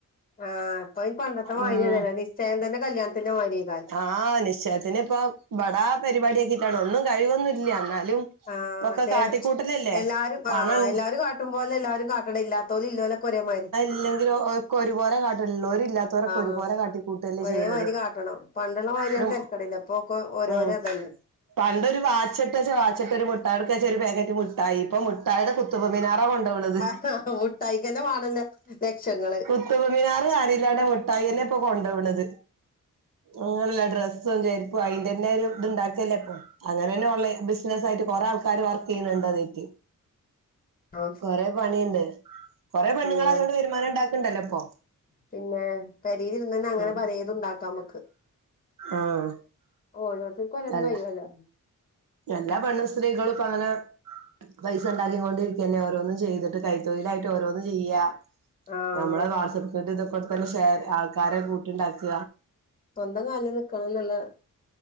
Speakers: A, on the left; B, on the right.
A: ആഹ് അപ്പ ഇനി പണ്ടത്തെ വതില്ല
B: ഉം
A: നിശ്ചയം തന്നെ കല്യാണത്തിന്റെ മാരിക്കാരം.
B: ആഹ് നിശ്ചയത്തിന് ഇപ്പ ബടാ പരിപാടിയക്കിട്ടാണ് ഒന്നും കഴിവൊന്നുല്ല എന്നാലും
A: ആഹ്
B: ഇപ്പൊക്കെ
A: പക്ഷെ
B: കാട്ടിക്കൂട്ടലല്ലേ
A: എല്ലാരും
B: പണം
A: ആ
B: ഇണ്ട
A: എല്ലാരും കാട്ടുമ്പോലെ എല്ലാരും കാ അ ഇല്ലാത്തോലും ഇല്ലോലൊക്ക ഒരേമാരി.
B: ഇല്ലെങ്കിലോ ഒക്ക്‌ ഒരുപോലെ കാട്ടുഇള്ളോരും ഇല്ലാ ത്തോരക്കെ
A: ആഹ്
B: ഒരുപോലെ കാട്ടിക്കൂട്ടല്ലേ
A: ഒരേ
B: ചെയ്യുന്നത്
A: മാതിരി കാട്ടണം പണ്ടുള്ള മാതിരിയാണ്
B: ഒരു
A: തിരക്കടില്ല ഇപ്പൊക്കെ ഓരോരോ
B: ഉം
A: ഇതല്ലേ
B: പണ്ടൊരു വാച്ച്ട്ട വച്ചാ വാച്ച്ട്ട ഒരു മുട്ടായിടോക്കച്ച ഒരു പാക്കറ്റ് മുട്ടായി ഇപ്പൊ മു ട്ടായിടെ കുത്തുമ്പ് മിനാറാ കൊണ്ടോണത്.
A: ആ മുട്ടായിക്കന്നെ വേണല്ലെ ലക്ഷങ്ങള്.
B: കുത് മിനാർ കാണില്ലാടെ മുട്ടായിന്നെ ഇപ്പൊ കൊണ്ടോണത്. അങ്ങനെല്ല ഡ്രസ്സും ചെരിപ്പും അയിന്റെന്നെ ഒരു ഇത്ണ്ടാക്കിയല്ലേ ഇപ്പൊ. അങ്ങനെ തന്നെ ഉള്ള ബിസിനസ് ആയിട്ട് കൊറെ ആൾക്കാര് വർക്ക് ചെയ്യണണ്ട് അതൊറ്റ്.
A: ആഹ്
B: കൊറെ പണിയുണ്ട്. കൊറെ പെണ്ണുങ്ങള്
A: പിന്നെ
B: അതോണ്ട് വരുമാനം ഉണ്ടാക്കണ്ടല്ലോ ഇപ്പൊ.
A: പിന്നെ പെരിൽ ഇരുന്ന് തന്നെ അങ്ങനെ
B: ഉം
A: പലോതുംണ്ടാക്കാം നമുക്ക്
B: ആഹ്
A: ഓരോരുത്തർക്കും ഓരോരോ
B: അല്ല
A: കഴിവല്ലേ
B: എല്ലാ പണ് സ്ത്രീകളും പതനെ പൈസ ഉണ്ടാക്കിയ കൊണ്ടിരിക്കന്നെ ഓരോന്നും ചെയ്തിട്ട് കൈ തൊഴിലായിട്ട്ഓരോന്നും ചെയ്യാ
A: ആഹ്
B: നമ്മളെ വാട്സആപ്പ് ക ഇതക്കൊണ്ട് തന്നെ ഷെയർ ആൾക്കാരെ കൂട്ടിണ്ടാക്ക
A: സ്വന്തം കാലില് നിൽക്കണം എന്നുള്ള